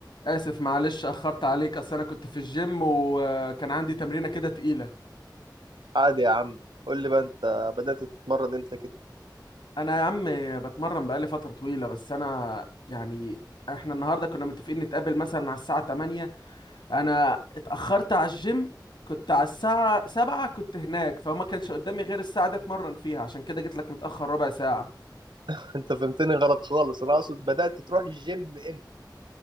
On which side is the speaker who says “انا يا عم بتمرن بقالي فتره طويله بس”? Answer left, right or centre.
Left